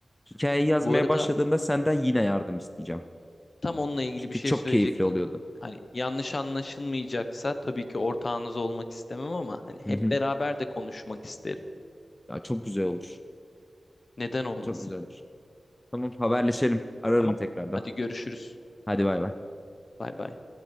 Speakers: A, on the left; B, on the left.
A: Hikayeyi yazmaya
B: Bu arada
A: başladığımda senden yine yardım isteyeceğim.
B: Tam onunla ilgili
A: Çünkü
B: bir şey
A: çok
B: söyleyecektim.
A: keyifli oluyordu.
B: Hani yanlış anlaşılmayacaksa tabii ki ortağınız olmak istemem ama hani hep
A: Hı hı.
B: beraber de konuşmak isterim.
A: Ya çok güzel olur.
B: Neden olmasın?
A: Çok güzel olur. Tamam haberleşelim. Ararım
B: Tamam.
A: tekrardan.
B: Hadi görüşürüz.
A: Hadi bay bay.
B: Bay bay.